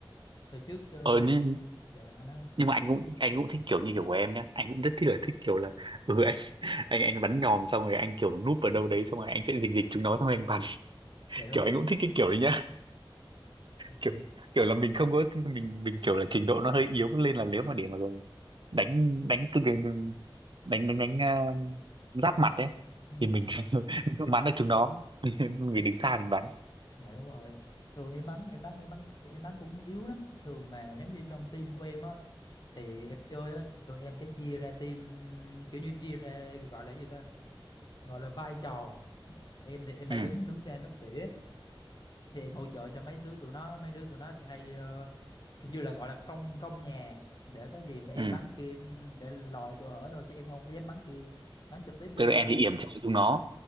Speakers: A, on the left; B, on the right.
A: hồi trước ờ,
B: ờ nhưng,
A: dạ anh ơi
B: nhưng mà anh cũng anh cũng thích kiểu như kiểu của em nhá anh cũng rất thích là thích kiểu là ừ, anh anh anh bắn nhòm xong rồi anh kiểu núp ở đâu đấy xong rồi anh sẽ rình rịch chúng nó xong rồi anh bắn <laughs>
A: dạ đúng
B: kiểu anh
A: rồi
B: cũng thích cái kiểu đấy
A: ừ.
B: kiểu kiểu là mình không có mình mình kiểu là trình độ nó hơi yếu nên là nếu mà để mà đánh đánh cái cái- đánh đánh đánh ờ, giáp mặt ấy
A: Ừ,
B: thì mình <laughs> không bắn được chúng nó <laughs> vì đứng xa mình bắn
A: dạ đúng rồi thường em bắn em bắn em bắn em bắn cũng yếu lắm thường mà giống như trong team của em á thì em chơi á tụi em sẽ chia ra team kiểu như chia ra gọi là gì ta gọi là vai trò em thì em hay
B: ừ
A: đứng đứng ra nấp tỉa thì em hỗ trợ cho mấy đứa tụi nó mấy đứa tụi nó thì hay ờ, kiểu như là gọi là công công nhà để có gì mà em
B: ừ
A: bắn kia để lòi chỗ hở thôi chứ em không dám bắn kia bắn trực tiếp vô
B: tức
A: tụi
B: là em
A: nó
B: thì yểm trợ chúng nó